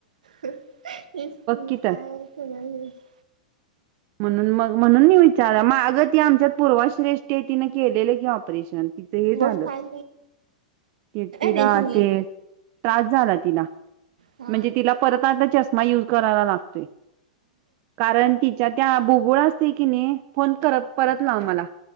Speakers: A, on the right (about 75°); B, on the right (about 50°).
A: तेचकी
B: की
A: काय
B: तर
A: सगळं हेच.
B: म्हणून मग म्हणून मी विचारा मागं त आमच्यात पूर्वश्रेष्ठी -- केलेलं की ऑपरेशन. तिचं हे झालं
A: मग काय
B: क तिला
A: नाही
B: ते त्रास झाला तिला.
A: हा
B: म्हणजे तिला परत आता चष्मा युज करायला लागतो. कारण तिच्या त्या बुबुळ असते कीनी? फोन कर परत लाव मला.